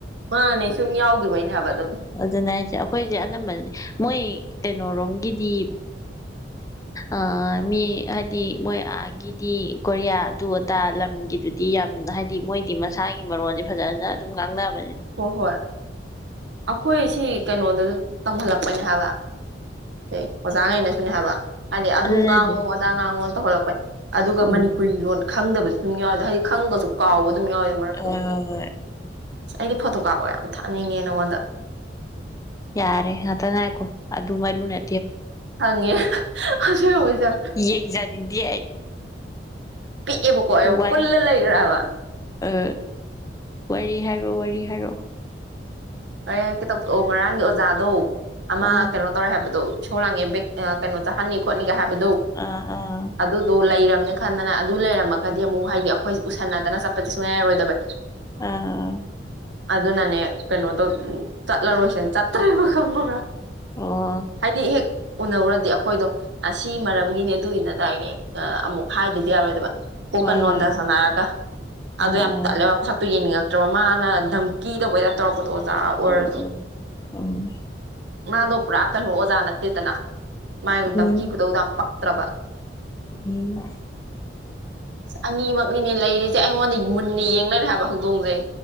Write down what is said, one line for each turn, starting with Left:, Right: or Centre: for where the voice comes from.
Right: ꯑ ꯅ ꯁꯨꯝꯃꯤ ꯌꯥꯎꯒꯦ ꯍꯥꯏꯕ ꯑꯗꯨꯝ
Left: ꯑꯗꯨꯅ ꯍꯥꯏꯁꯦ ꯑꯩꯈꯣꯏꯁꯦ ꯑꯅꯝꯕꯅꯗꯤ ꯃꯣꯏ ꯀꯩꯅꯣꯣꯔꯣꯝꯒꯤꯗꯤ ꯑ ꯃꯤ ꯍꯥꯏꯗꯤ ꯃꯣꯏ ꯑꯥꯒꯤꯗꯤ ꯀꯣꯔꯤꯌꯥ ꯑꯗꯨ ꯑꯗꯥ ꯂꯝꯒꯤꯗꯨꯗꯤ ꯌꯥꯝ ꯍꯥꯏꯗꯤ ꯃꯣꯏꯗꯤ ꯃꯁꯥꯒꯤ ꯃꯔꯣꯟꯜꯁꯦ ꯐꯖꯅ ꯑꯗꯨꯝ ꯉꯥꯡꯅꯕ
Right: ꯍꯣꯏ ꯍꯣꯏ ꯑꯩꯈꯣꯏ ꯁꯤ ꯀꯩꯅꯣꯗꯁꯨ ꯇꯝꯍꯜꯂꯛꯄ ꯅꯦ ꯍꯥꯏꯕ ꯑꯦ ꯑꯣꯖꯥꯉꯩꯅ ꯁꯅꯦ ꯍꯥꯏꯕ ꯍꯥꯏꯗꯤ ꯑꯗꯨ
Left: ꯑꯗꯨꯅꯅꯦ
Right: ꯉꯥꯡꯉꯣ ꯑꯗꯥ ꯉꯥꯡꯉꯣꯅ ꯇꯧꯍꯜꯂꯛꯄꯩ ꯑꯗꯨꯒ
Left: ꯎꯝ
Right: ꯃꯅꯤꯄꯨꯔꯤ ꯂꯣꯟ ꯈꯪꯗꯕꯁꯨ ꯑꯙ ꯈꯪꯉꯒꯁꯨ ꯀꯥꯎꯕ
Left: ꯍꯣꯏ
Right: ꯑꯗꯨꯝ ꯌꯥꯎꯋꯤ ꯃꯔꯛꯇꯨꯗ
Left: ꯍꯣꯏ ꯍꯣꯏ
Right: ꯑꯁ ꯑꯩꯗꯤ ꯐꯣꯇꯣ ꯀꯥꯞꯄꯒ ꯌꯥꯝ ꯊꯥꯅꯤꯡꯉꯦ ꯅꯉꯣꯟꯗ
Left: ꯌꯥꯔꯦ ꯑ ꯇ ꯉ ꯍꯥꯏꯀꯣ ꯑꯗꯨ ꯃꯔꯤꯅꯦ
Right: ꯍꯪꯉꯦ ꯑꯕꯁꯦ
Left: ꯌꯦꯡꯖꯅꯤꯡꯗꯦ ꯑꯩ
Right: ꯄꯤꯛꯑꯦꯕꯀꯣ ꯑꯩꯌꯨ
Left: ꯋꯥꯔꯤ
Right: ꯄꯨꯜꯂ ꯂꯩꯈ꯭ꯔꯕ
Left: ꯑ ꯋꯥꯔꯤ ꯍꯔꯣ ꯋꯥꯔꯤ ꯍꯔꯣ
Right: ꯑꯩ ꯍꯥꯏꯦꯛ ꯦꯇꯪ ꯉꯔꯥꯡꯒꯤ ꯑꯣꯖꯥꯗꯣ ꯑꯃ
Left: ꯑꯥ
Right: ꯀꯩꯅꯣ ꯇꯧꯔꯦ ꯍꯥꯏꯕꯗꯣ ꯁꯧꯂꯥꯡꯉꯦ ꯕꯦꯛ ꯀꯩꯅꯣ ꯆꯥꯍꯟꯅꯤ ꯅꯤꯒ ꯍꯥꯏꯕ
Left: ꯑꯥ ꯑꯥ
Right: ꯑꯗꯨꯗꯣ ꯂꯩꯔ ꯈꯥꯟꯅ ꯑꯗꯨ ꯂꯩꯔꯝꯃꯒꯗꯤ
Left: ꯑꯥ
Right: ꯑꯃꯨꯛ ꯍꯥꯏꯗꯤ ꯑꯩꯈꯣꯏ ꯎꯁꯟꯅꯗꯅ ꯆꯠꯄꯗꯤ ꯁꯨꯡꯉꯥꯏꯔꯔꯣꯏꯗꯕ
Left: ꯑꯥ
Right: ꯑꯗꯨ ꯅꯅꯦ ꯀꯩꯅ ꯆꯠꯂꯔꯣꯏꯁꯅ ꯆꯠꯇ꯭ꯔꯦꯕ ꯈꯪꯉꯕ꯭ꯔꯥ
Left: ꯑꯣ
Right: ꯍꯥꯏꯗꯤ ꯍꯦꯛ ꯎꯅꯧꯔꯗꯤ ꯑꯩꯈꯣꯏꯗꯣ ꯁꯤ ꯃꯔꯝꯒꯤꯅꯦ ꯑꯗꯨꯒꯤꯅꯗꯥꯏꯅꯦ ꯑꯃꯨꯛ ꯍꯥꯏꯗꯨꯗꯤ ꯌꯥꯔꯣꯏꯗꯕ ꯀꯣꯀꯟ
Left: ꯍꯣꯏ
Right: ꯂꯣꯟꯗ
Left: ꯍꯣꯏ
Right: ꯁꯥꯟꯅꯔꯒ
Left: ꯑꯥ
Right: ꯑꯗꯨꯣ ꯌꯥꯝ
Left: ꯑꯥ
Right: ꯇꯠꯂꯦꯕ ꯃꯊꯛꯇꯣ ꯌꯦꯡꯅꯤꯡꯉꯛꯇ꯭ꯔꯕ ꯃꯥꯅ ꯗꯙꯝꯀꯤ ꯇꯧꯕꯗ ꯇꯧꯔꯛꯄꯗꯣ ꯑꯣꯏꯔꯁꯨ
Left: ꯑ ꯑ ꯎꯝ
Right: ꯃꯥꯗꯣ ꯄꯨ꯭ꯔꯥ ꯀꯩꯅꯣ ꯑꯣꯖꯥ ꯅꯠꯇꯦꯗꯅ ꯃꯥꯥꯏ ꯎꯔꯗꯝ
Left: ꯎꯝ
Right: ꯀ ꯀꯗ ꯎ ꯄ ꯇꯕ
Left: ꯎꯝ
Right: ꯑ ꯑꯅꯤꯃꯛꯅꯤꯅꯦ ꯂꯩꯔꯤꯁꯦ ꯑꯩꯉꯣꯟꯗ ꯃꯨꯟꯅ ꯌꯦꯡꯅꯔꯦ ꯍꯥꯏꯕ ꯍꯧꯗꯣꯡꯁꯩ